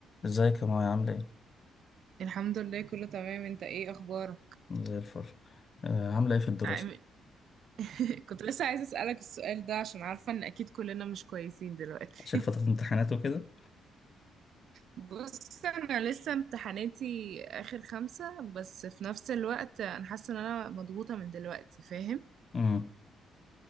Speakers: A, on the left (about 40°); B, on the right (about 65°).
A: ازيك يا مايا عاملة ايه؟
B: الحمد لله كله تمام انت ايه اخبارك
A: زي الفل آه، عاملة ايه في الدراسة؟
B: عامل- <laughs> كنت لسه عايزه اسالك السؤال ده عشان عارفه ان اكيد كلنا مش كويسين دلوقتي
A: عشان فترة
B: <laughs>
A: امتحانات وكده
B: بص انا لسه امتحاناتي اخر خمسة بس في نفس الوقت انا حاسه ان انا مضغوطه من دلوقتي فاهم
A: امم